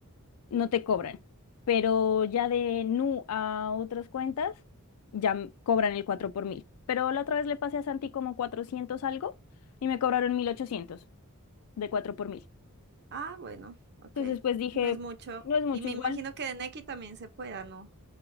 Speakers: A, on the left (about 80°); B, on the right (about 50°).
A: no te cobran. Pero ya de Nu a otras cuentas, ya m- cobran el 4 por mil. Pero la otra vez le pasé a Santi como 400 algo y me cobraron mil ochocientos. de 4 por mil.
B: Ah, bueno, ok.
A: Entonces, pues dije,
B: No es mucho.
A: no es mucho
B: Y me
A: igual.
B: imagino que de Nequi también se pueda, ¿no?